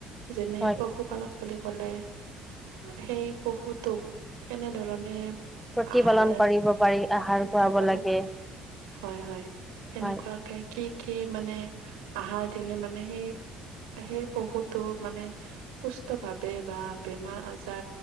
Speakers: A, on the right; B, in the centre.
A: যেনে
B: হয়
A: পশুপালন বুলি কলে সেই পশুটোক কেনেধৰণে
B: প্ৰতিপালন
A: আহাৰ
B: কৰিব পাৰি, আহাৰ
A: প্ৰতিপালন
B: খুৱাব লাগে
A: কৰা হয় হয়, তেনেকুৱাকে
B: হয়
A: কি কি মানে আহাৰ দিলে মানে সেই সেই পশুতো মানে সুস্থ ভাৱে বা বেমাৰ আজা